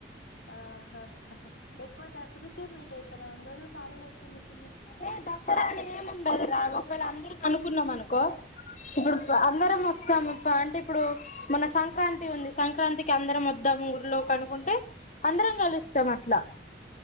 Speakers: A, on the left; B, on the left.
A: ఆహా ఎక్కువ దసరాకే మీట్ అయితారు అందరుూ మామలుగా చిన్ని చి
B: ఏ దసరా అని ఏముండదు ఒకవేళ అందరుక అనుకున్నాం అనుకో ఇప్పుడు అందరం వస్తాం అంటే ఇప్పుడు మన సంక్రాంతి ఉంది, సంక్రాంతికి అందరం వద్దాం ఊలోకి అనుకుంటే, అందరం కలుస్తాం అట్లా